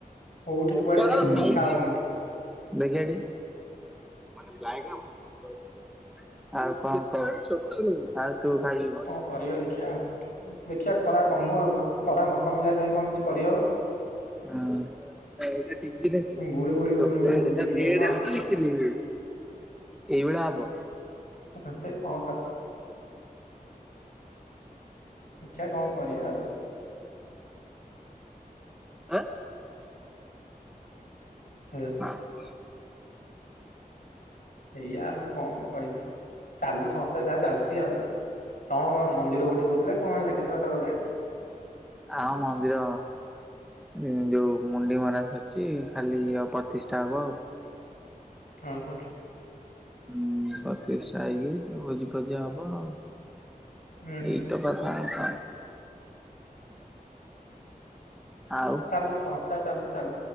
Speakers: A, on the left (about 65°); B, in the centre.
A: କୋଉଠି କୁଆଡେ
B: ଉପର
A: ଯିବୁ
B: ସାଇଜ
A: ଇଚ୍ଛା ହଉନି
B: ହୁଁ ଦେଖିଆ ଟି ମନେ ପ୍ଲାଏ କାମ ଆଉ କଣ କହୁଛୁ ଆଉ ତୁ ଖାଇଯିବୁ।
A: କଣ କରିବା ଦେଖିଆ ଆଉ ଦେଖିଆ ଖରା କମୁ ଆଉ ଖରା ନ କମିଲା ଯାଏ କଣ କିଛି କରି ହବ।
B: ହଁ ଏଇଟା ତିଜି ଲାଗିବ
A: ଗୁଳି ଗୁଳି ଗୁଳି ଗୁଳି
B: ଏଇଟା
A: ହଉଛି ଟିକେ
B: ବେଡ
A: ନୁହଁ
B: ହେଇକି ସିଲିଂ ହଉଛି। ଏଇ ଭଳିଆ ହବ।
A: ଆଉ ପାଞ୍ଚାଇ କଣ କ <inaudible> ଦେଖିଆ କଣ କରିଆ ଆଉ।
B: ଆଁ
A: ହେଲା
B: ହ ସ
A: ଏଇଆ ଆଉ କଣ କହିବି। ଚାଲୁ ସଂସ୍ଥା ଯାହା ଚାଲୁଛି ଆଉ ତମର କଣ ମନ୍ଦିର ଗୋଟେ ହଉଥିଲା କଣ ହେଲା କେତେବାଟ ଗଲାଣି?
B: ଆଉ ମନ୍ଦିର ଉଁ ଯୋଉ ମୁଣ୍ଡି ମରା ସରିଚି ଖାଲି ଇଏ ହବ ପ୍ରତିଷ୍ଠା ହବ ଆଉ।
A: ଓହୋ।
B: ଉଁ ପ୍ରତିଷ୍ଠା ହେଇକି ଭୋଜିପଜି ହବ ଆଉ।
A: ହୁଁ ହୁଁ
B: ଏଇତ କଥା ଆଉ କଣ? ଆଉ।
A: ଶାଣ୍ଡୁସ। ଚାଲୁଛି ଚାଲୁ।